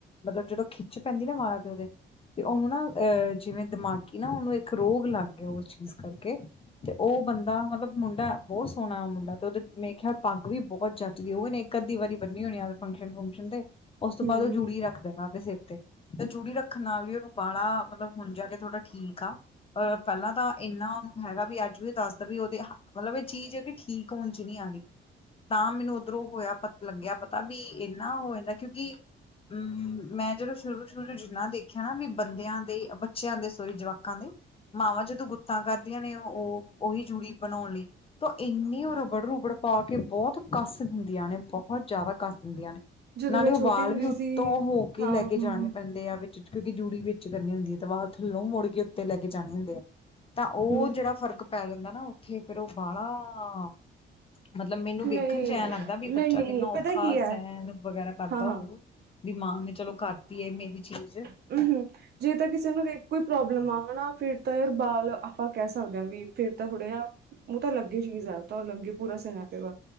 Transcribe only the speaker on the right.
ਹੂੰ
ਜਦੋਂ
ਮੈਂ ਛੋਟੀ
ਹੁੰਦੀ
ਸੀ
ਹਾਂ
ਹੂੰ
ਹੂੰ
ਹੂੰ
ਨਹੀਂ
ਨਹੀਂ
ਨਹੀਂ
ਪਤਾ ਕੀ ਹੈ
ਹਾਂ
ਹਾਂ
ਹੂੰ-ਹੂੰ ਜੇ ਤਾਂ ਕਿਸੇ ਨੂੰ ਇਕੋ ਪ੍ਰੋਬਲਮ ਆ ਹਨਾ ਫੇਰ ਤਰਬਾਲ ਆਪਾਂ ਕਹਿ ਸਕਦੇ ਹਾਂ ਵੀ ਫੇਰ ਤਾਂ ਖੜੇ ਹਾ। ਉਹ ਤਾਂ ਅੱਲਗ ਇ ਚੀਜ਼ ਆ। ਉਹ ਤਾਂ ਅੱਲਗ ਹੀ ਪੂਰਾ ਸਮਾ